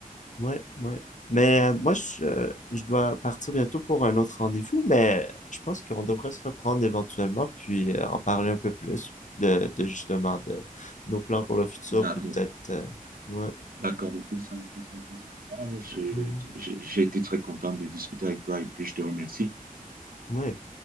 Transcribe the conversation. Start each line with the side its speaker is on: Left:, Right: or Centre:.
Left: Ouais, ouais. Mais euh, moi, je, euh, je dois partir bientôt pour un autre rendez-vous, mais je pense qu'on devrait se reprendre éventuellement, puis euh, en parler un peu plus de, de justement de nos plans pour le futur,
Right: d'accord,
Left: puis peut-être... euh, ouais.
Right: d'accord de tout ça, tout ça, tout ça. Bah, je-
Left: Mhm.
Right: je- J'ai été très content de discuter avec toi et puis je te remercie.
Left: Ouais.